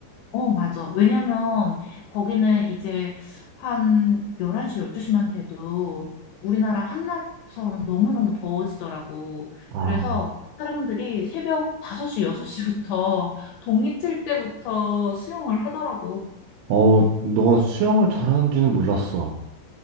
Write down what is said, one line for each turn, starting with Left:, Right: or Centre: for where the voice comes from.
Left: 어, 맞아. 왜냐면 거기는 이제 한 11시, 12시만 돼도 우리나라 한낮처럼 너무너무 더워지더라고.
Right: 아.
Left: 그래서 사람들이 새벽 5시, 6시부터 동이 틀 때부터 수영을 하더라고.
Right: 어, 너가 수영을 잘하는지는 몰랐어.